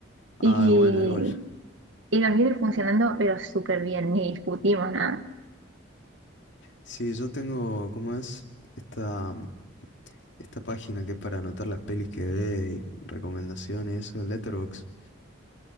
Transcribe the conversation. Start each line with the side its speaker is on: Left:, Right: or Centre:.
Left: Ah,
Right: Y,
Left: bueno, igual.
Right: y nos viene funcionando, pero súper bien, ni discutimos nada.
Left: Sí, yo tengo, ¿cómo es? Esta, esta página que es para anotar las pelis que ve y recomendaciones, eso, Letterboxd.